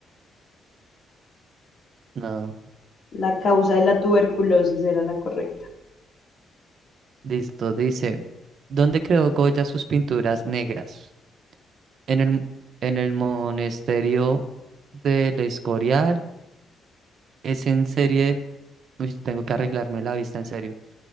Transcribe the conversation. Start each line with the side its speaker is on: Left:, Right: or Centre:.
Right: No,
Left: La causa de la tuberculosis era la correcta.
Right: listo, dice, ¿dónde creó Goya sus pinturas negras? En el, en el monasterio del Escorial, es en serie... Uy, tengo que arreglarme la vista, en serio.